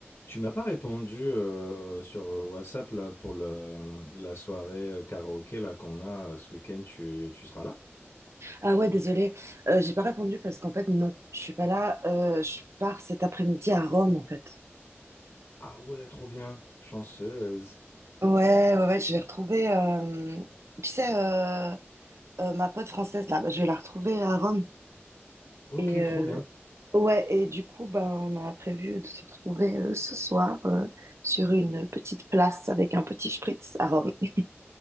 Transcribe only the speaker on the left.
Tu m'as pas répondu euh, sur WhatsApp là, pour le, la soirée euh, karaoké là, qu'on a euh, ce week-end. Tu, tu seras là?
Ah ouais, trop bien. Chanceuse.
Ok,
trop bien.